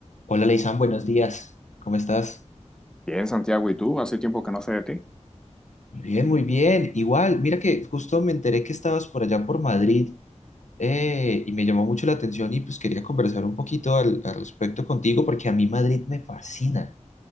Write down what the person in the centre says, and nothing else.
Bien, Santiago, ¿y tú? Hace tiempo que no sé de ti.